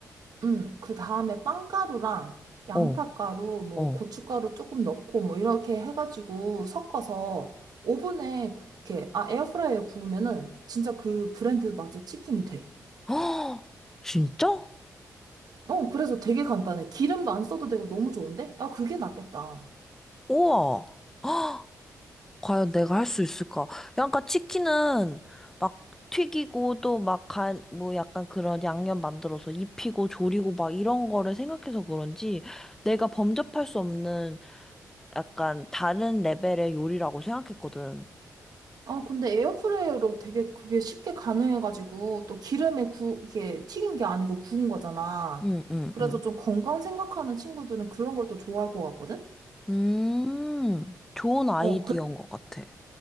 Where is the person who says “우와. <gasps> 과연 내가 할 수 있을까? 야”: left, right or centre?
Centre